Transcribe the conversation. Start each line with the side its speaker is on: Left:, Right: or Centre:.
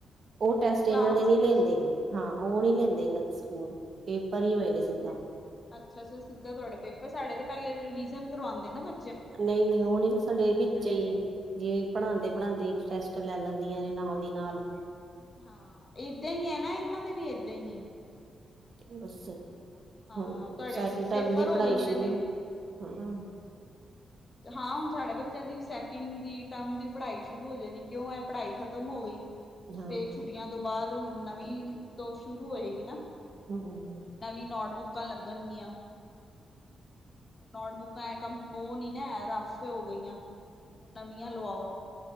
Right: ਉਹ ਟੈਸਟ
Left: ਕਲਾਸ
Right: ਇਹਨਾਂ ਦੇ ਨੀ
Left: ਟੈਸਟ
Right: ਲੈਂਦੇ ਹਾਂ ਉਹ
Left: ਹਾਂ
Right: ਨਹੀਂ ਲੈਂਦੇ ਇਹਨਾਂ ਦੇ ਸਕੂਲ ਪੇਪਰ ਹੀ
Left: ਅੱਛਾ
Right: ਹੋਏ ਨੇ ਸਿੱਧਾ
Left: ਅੱਛਾ-ਅੱਛਾ, ਸਿੱਧਾ ਤੁਹਾਡੇ ਪੇਪਰ ਸਾਡੇ ਤੇ ਪਹਿਲੇ ਰਿਵੀਜ਼ਨ ਕਰਵਾਉਂਦੇ ਨਾ ਬ
Right: ਨਹੀਂ ਨਹੀਂ ਉਹ ਨਹੀਂ ਤਾਂ ਸਾਡੇ ਵਿੱਚ ਹੀ
Left: ਨੇ
Right: ਜਿਵੇਂ ਪੜਾਂਦੇ ਪੜਾਂਦੇ ਈ ਟੈਸਟ ਲੈ ਲੈਂਦੀਆਂ ਨੇ ਨਾਲ ਦੀ ਨਾਲ
Left: ਹਾਂ, ਏਦਾਂ ਈ ਐ ਨਾ ਇਹਨਾਂ ਦੇ ਵੀ ਏਦਾਂ ਈ ਐ।
Right: ਬਸ
Left: ਹਾਂ
Right: ਹੁਣ
Left: ਤੁਹਾਡੇ
Right: ਸੈਕਿੰਡ ਟਰਮ
Left: ਪੇਪਰ
Right: ਦੀ
Left: ਹੋ
Right: ਪੜ੍ਹਾਈ
Left: ਜਾਂਦੇ
Right: ਸ਼ੁਰੂ,
Left: ਨੇ
Right: ਹਾਂ
Left: ਹਾਂ ਹੁਣ ਸਾਡੇ ਬੱਚਿਆਂ ਦੀ ਵੀ ਸੈ ਕਿੰਡ ਦੀ ਟਰਮ ਦੀ ਪੜਾਈ ਸ਼ੁਰੂ ਹੋ ਜਾਨੀ ਕਿਉਂ ਏ ਪੜਾਈ ਖਤਮ ਹੋ ਗਈ
Right: ਹਾਂ
Left: ਤੇ ਛੁੱ ਛੁੱਟੀਆਂ ਤੋਂ ਬਾਦ ਹੁਨ ਨਵੀ ਤੋਂ ਸ਼ੁਰੂ ਹੋਏਗੀ ਨਾ।
Right: ਹਾਂ
Left: ਨਵੀ ਨੋਟਬੁੱਕਾਂ ਲੱਗਨਗੀਆਂ। ਨੋਟਬੁੱਕਾਂ ਐ ਕੰਮ ੳਹ ਨੀ ਨਾ ਹੈ ਰਫ ਹੋ ਗਈਆਂ, ਹੁਨ ਨਵੀਆਂ ਲਵਾਓ